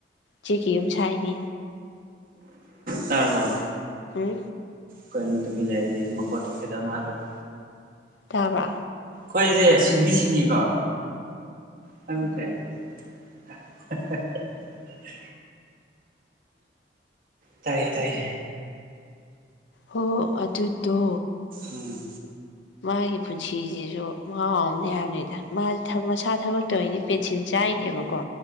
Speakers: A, on the left (about 85°); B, on the right (about 50°).
A: ꯆꯦꯛꯀꯤ ꯌꯨꯝ ꯁꯥꯏꯅꯤ
B: ꯇꯔꯄ
A: ꯍꯝ꯫
B: ꯀꯣ ꯇꯨꯃꯤꯟ ꯂꯩ ꯌꯦꯡ ꯃꯈꯣꯟ ꯊꯣꯛꯈꯤꯗꯕ ꯃꯥꯜꯂꯨꯔꯦ꯫
A: ꯇꯥꯕ꯭ꯔ
B: ꯑꯈꯣꯏꯁꯦ ꯁꯤꯡꯗꯤ ꯁꯤꯅꯤꯀꯣ <unintelligible> ꯇꯥꯏꯌꯦ ꯇꯥꯏꯌꯦ꯫
A: ꯍꯣ ꯑꯗꯨꯗꯣ꯫
B: ꯎꯝ꯫
A: ꯃꯥꯒꯤ ꯄꯨꯟꯁꯤꯁꯤꯁꯨ ꯃꯍꯥꯎ ꯑꯃꯅꯦ ꯍꯥꯏꯕꯅꯤꯗ ꯃꯥ ꯃꯁꯥ ꯊꯕꯛ ꯇꯧꯔꯤꯅꯤ ꯄꯦꯟꯁꯤꯟ ꯆꯥꯏꯅꯦꯕꯀꯣ꯫